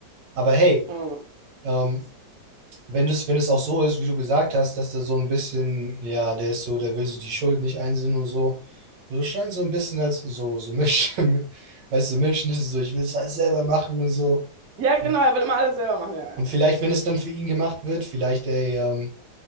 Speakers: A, on the right; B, on the right.
A: Aber hey,
B: Mhm.
A: ähm, wenn das, wenn es auch so ist, wie du gesagt hast, dass der so ein bisschen, ja, der ist so, der will so die Schuld nicht einsehen und so. So scheint so ein bisschen als so, so Milch, <laughs> weißt du, Milch ist es so, ich will es alles selber machen und so.
B: Ja,
A: Und
B: genau, er will immer alles selber machen. Ja, ja.
A: und vielleicht, wenn es dann für ihn gemacht wird, vielleicht, ey, ähm,